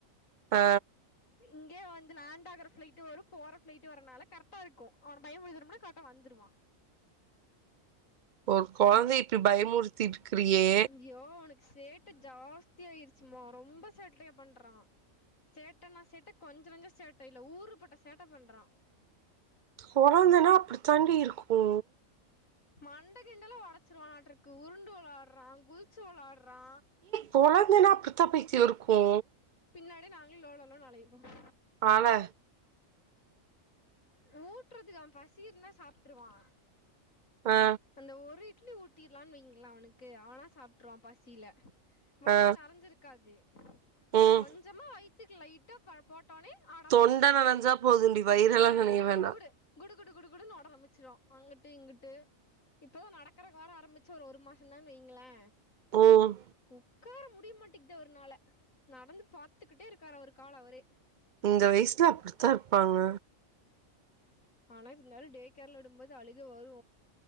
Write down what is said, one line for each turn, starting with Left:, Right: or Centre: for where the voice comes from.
Right: ஆ
Left: இங்க வந்து லேண்ட் ஆற ஃபிளைட்டு வரும் போற ஃபிளைட்டு வரனால கரெக்டா இருக்கும் அவன் பயம் முறுத்துன்னா கரக்ட்டா வந்துடுவா
Right: ஒரு குழந்தையை இப்டி பயமுறுத்தி இருக்குறியே
Left: யோ உனக் சேட்ட ஜாஸ்த்திய ஆயிச்சுமா ரொம்ப சேட்டய பண்றா சேட்டனா சேட்ட கொஞ்ச நஞ்சம் சேட்ட இல்ல ஊரு பட்ட சேட்ட பண்றா
Right: கொழந்தனா அப்டி தாண்டி இருக்கு
Left: மண்டை கிண்டல உடச்சிருவளாட்டு இருக்கு உருண்டு வெளாடுறா குதிச்சு வெளாடுறா
Right: கொழந்தனா அப்டி தா பைத்தியோ இருக்கு
Left: பின்னாடி நாங்க ஏ லோ லோனு அழைய போறோ
Right: ஆள
Left: ஊட்டுறதுக்கு அவே பசி இருந்தா சாப்ட்ருவா
Right: ஆ
Left: அந்த ஒரு இட்லி ஊட்டிர்லான்னு வைங்லே அவனுக்கு அவனா சாப்ட்ருவா பசியில வயிறு
Right: ஆ
Left: நெறஞ்சிருக்காது
Right: ம்
Left: கொஞ்சமா வயித்க்கு லைட்டா பத் போட்டோனே ஆட ஆரம்பிச்சிருவா
Right: தொண்ட நனஞ்சா போதுண்டி வயிறெல்லா
Left: ஆ
Right: நனைய வேண்டா
Left: குடு குடு குடு குடு குடு குடு ஓட ஆரம்பிச்சிவா அங்கிட்டு இங்கிட்டு இப்போ நடக்கறக்கு வேற ஆரம்பிச்சு ஒரு ஒரு மாசோ தானு வைங்களே
Right: உம்
Left: உக்கார முடிய மாட்டேங்குது அவரு நாள நடந்து பாத்துக்கிட்டே இருக்காரு அவரு கால அவரே
Right: இந்த வயசுல அப்டித்தா இருப்பாங்க
Left: ஆனா இருந்தாலும் டே கேர்ல விடும் போது அழுக வரு